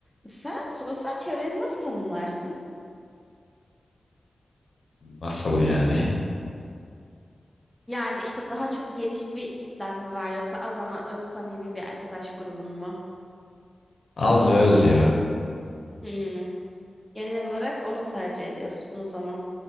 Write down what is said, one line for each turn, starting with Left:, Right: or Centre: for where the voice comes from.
Centre: Sen sosyal çevreni nasıl tanımlarsın?
Left: Nasıl yani?
Centre: Yani işte daha çok geniş bir kitlen mi var yoksa az ama öz samimi bir arkadaş grubun mu?
Left: Az ve öz ya.
Centre: Hmm. Genel olarak onu tercih ediyorsun o zaman.